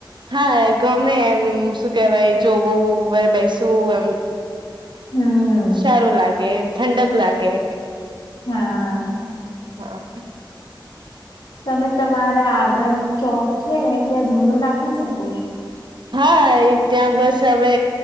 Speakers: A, on the right; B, on the left.
A: હા ગમે એમ શું કેવાય જોવું બેસવું એમ.
B: હમ
A: સારું લાગે ઠંડક લાગે.
B: હા.
A: હા.
B: તમે તમારા આગળ ચોક છે ને ત્યાં ઝૂલો નાખી શકો.
A: હા ત્યાં બસ હવે